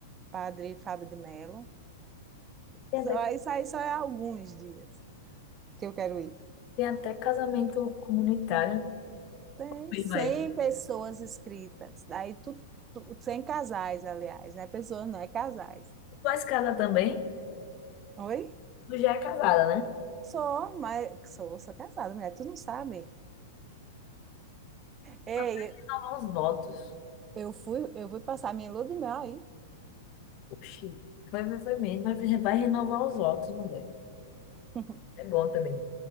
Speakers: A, on the right (about 25°); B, on the left (about 40°).
A: Padre Fábio de Mello.
B: Tem
A: Só,
B: até,
A: isso aí só é alguns dias que eu quero ir.
B: tem até casamento comunitário.
A: Tem
B: Pois
A: 100
B: vai. Tu
A: pessoas inscritas, daí tu, tu, 100 casais, aliás, né? Pessoas, não é casais.
B: vai casar também?
A: Oi?
B: Tu já é casada, né?
A: Sou, mas sou, sou casada, mulher, tu não sabe. Ei,
B: Mas Vai renovar os votos.
A: eu fui, eu fui passar minha lua de mel aí.
B: Oxi. Vai, vai, vai mesmo. Vai, vai renovar os votos, mulher.
A: <laughs>
B: É bom também.